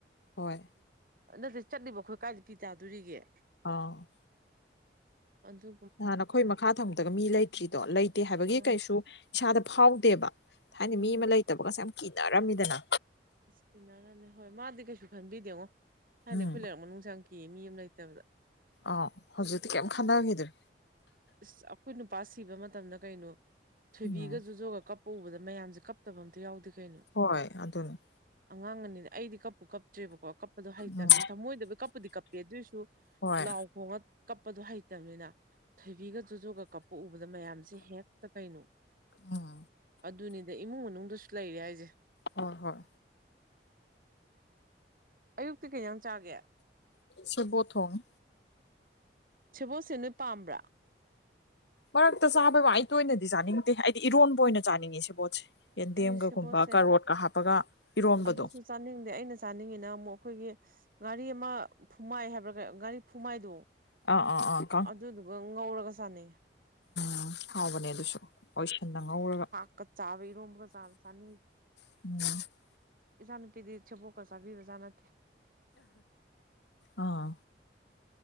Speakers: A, on the left; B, on the right.
A: ꯍꯣꯏ
B: ꯅꯠꯇꯦ ꯆꯠꯂꯤꯕ ꯑꯩꯈꯣꯏ ꯀꯥꯏꯗ ꯄꯤ ꯇꯥꯗꯣꯔꯤꯒꯦ
A: ꯑ
B: ꯑꯗꯨ
A: ꯅꯍꯥꯟ ꯅꯈꯣꯏ ꯃꯈꯥ ꯊꯡꯕꯥꯗꯒ ꯃꯤ ꯂꯩꯇ꯭ꯔꯤꯗꯣ ꯂꯩꯇꯦ ꯍꯥꯏꯕꯒꯤ
B: ꯎꯝ
A: ꯀꯩꯁꯨ ꯏꯁꯥꯗ ꯐꯥꯎꯗꯦꯕ ꯊꯥꯏꯟꯗꯤ
B: ꯎꯝ
A: ꯃꯤ ꯑꯃ ꯂꯩꯇꯕꯒꯁꯦ ꯌꯥꯝ ꯀꯤꯅꯔꯝꯃꯤꯗꯅ
B: ꯏꯁꯄꯤꯟꯅꯔꯅꯦ ꯍꯣꯏ ꯃꯥꯗꯤ ꯀꯩꯁꯨ ꯈꯟꯕꯤꯗꯦꯉꯣ ꯊꯥꯏꯟꯗꯤ
A: ꯎꯝ
B: ꯑꯩꯈꯣꯏ ꯂꯩꯔꯛ ꯃꯅꯨꯡ ꯆꯪ ꯀꯤꯌꯦ ꯃꯤ ꯑꯃ ꯂꯩꯇꯕꯗ
A: ꯑ ꯍꯧꯖꯤꯛꯇꯤ ꯀꯩꯝ ꯈꯟꯅꯈꯤꯗ꯭ꯔꯦ
B: ꯏꯁ ꯑꯩꯈꯣꯏ ꯅꯨꯄꯥ ꯁꯤꯕ ꯃꯇꯝꯗ ꯀꯩꯅꯣ ꯊꯣꯏꯕꯤꯒ
A: ꯎꯝ
B: ꯨꯖꯣꯖꯣꯒ ꯀꯞ ꯄꯨꯕꯗ ꯃꯌꯥꯝꯁꯦ ꯀꯞꯇꯕ ꯑꯝꯇ ꯌꯥꯎꯗꯦ ꯀꯩꯅꯣ
A: ꯍꯣꯏ ꯑꯗꯨꯅꯦ
B: ꯑꯉꯥꯡ ꯑꯅꯤꯗ ꯑꯩꯗꯤ ꯀꯥꯞ꯫ ꯀꯞꯇ꯭ꯔꯦꯕꯀꯣ ꯀꯞꯄꯗꯣ ꯍꯩꯇꯕꯅꯤꯅ
A: ꯎꯝ
B: ꯊꯃꯣꯏꯗꯕꯨ ꯀꯞꯄꯨꯗꯤ ꯀꯞꯄꯦ ꯑꯗꯨꯑꯣꯏꯁꯨ
A: ꯍꯣꯏ
B: ꯂꯥꯎ ꯈꯣꯡꯉ꯫ ꯀꯞꯄꯗꯣ ꯍꯩꯇꯕꯅꯤꯅ꯫ ꯊꯣꯏꯕꯤꯒ ꯖꯣꯖꯣꯒ ꯀꯞꯄ ꯎꯕꯗ ꯃꯌꯥꯝꯁꯦ ꯍꯦꯛꯇ ꯀꯩꯅꯣ꯫
A: ꯎꯝ
B: ꯑꯗꯨꯅꯤꯗ ꯏꯃꯨꯡ ꯃꯅꯨꯡꯗꯁꯨ ꯂꯩꯔꯦ ꯍꯥꯏꯁꯦ꯫
A: ꯍꯣꯏ ꯍꯣꯏ꯫
B: ꯑꯌꯨꯛꯇ ꯀꯩ ꯏꯟꯁꯥꯡꯆꯥꯒꯦ꯫
A: ꯁꯦꯕꯣꯠ ꯊꯣꯡꯉꯦ
B: ꯁꯦꯕꯣꯠꯁꯦ ꯅꯣꯏ ꯄꯥꯝꯕ꯭ꯔꯥ
A: ꯃꯔꯛꯇ ꯆꯥꯕꯩ ꯋꯥ ꯑꯩ ꯇꯣꯏꯅꯗꯤ ꯆꯥꯅꯤꯡꯇꯦ ꯑꯩꯗꯤ ꯏꯔꯣꯟꯕ ꯑꯣꯏꯅ ꯆꯥꯅꯤꯡꯉꯤ ꯁꯦꯕꯣꯠꯁꯦ ꯌꯦꯟꯗꯦꯝꯒꯒꯨꯝꯕ
B: ꯑꯩ ꯁꯦꯕꯣꯠꯁꯦ
A: ꯀꯥꯔꯣꯠꯀ ꯍꯥꯞꯄꯒ ꯏꯔꯣꯟꯕꯗꯣ
B: ꯑꯗꯨꯁꯨ ꯆꯥꯅꯤꯡꯗꯦ ꯑꯩꯅ ꯆꯥꯅꯤꯡꯉꯤꯅ ꯑꯃꯨꯛ ꯑꯩꯈꯣꯏꯒꯤ ꯉꯥꯔꯤ ꯑꯃ ꯐꯨꯃꯥꯏ ꯍꯥꯏꯕ꯭ꯔꯒ ꯉꯥꯔꯤ ꯐꯨꯃꯥꯏꯗꯣ
A: ꯑ ꯑ ꯑ
B: ꯑꯗꯨꯗꯨꯒ ꯉꯧꯔꯒ ꯁꯥꯟꯅꯩ꯫
A: ꯑꯣ ꯍꯥꯎꯕꯅꯦ ꯑꯗꯨꯁꯨ ꯑꯣꯏꯁꯤꯟꯗ ꯉꯧꯔꯒ꯫
B: ꯀꯥꯞꯇ ꯍꯥꯞꯄ ꯏꯔꯣꯟꯕꯒ ꯆꯥꯕꯗꯨ ꯆꯥꯅꯤꯡ
A: ꯎꯝ꯫
B: ꯏꯆꯥ ꯅꯨꯄꯤꯗꯤ ꯁꯦꯕꯣꯠꯀ ꯆꯥꯕꯤꯕꯖꯠꯅꯥꯠꯇꯦ꯫
A: ꯑꯥ꯫